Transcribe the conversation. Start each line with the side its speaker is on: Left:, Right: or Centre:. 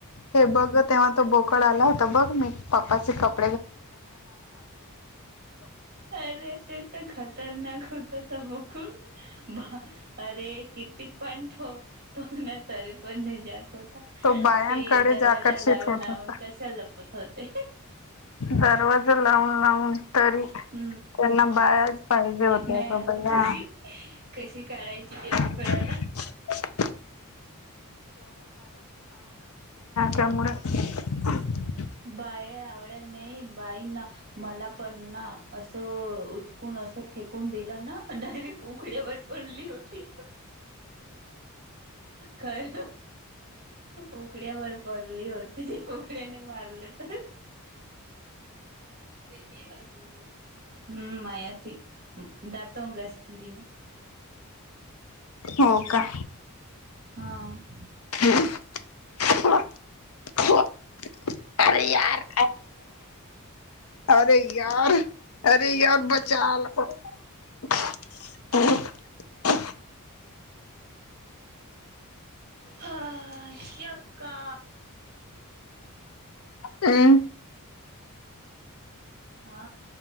Left: हे बघ -तेव्हा तो बघ- कळाला होता बघ म पप्पाचे कप-
Right: अरे! ते तर, खतरनाक होत ते बोकूूड. अरे! किती पण ठोक ठोक ना तरी- पण नाई जात. हो का?
Left: तो बायांकडेच
Right: ते दरवाजा
Left: आकर्षित
Right: लावून
Left: होत
Right: लावून
Left: होता.
Right: कश लपत होते.
Left: दरवाजा लावून लावून- तरी
Right: हम्म
Left: -त्यांना बायाच पाहिजे होत्या
Right: नाही तू कशी कशी काढायची ते बोकड्याला
Left: <unintelligible> त्यामुळेच -
Right: बाय आवडत नाही, बाई ना मला पण ना असं उचकून असं फेकून दिलं ना डायरेक्ट उकड्यावर पडली होती खर उकड्यावर पडली होती उकड्या- मारले तर- <unintelligible> हम् माया त दातो घसली न.
Left: हो का?
Right: हां -
Left: हम् हा <unintelligible> अरे यार अरे <unintelligible> <unintelligible>
Right: हा शक्का
Left: हम्
Right: हा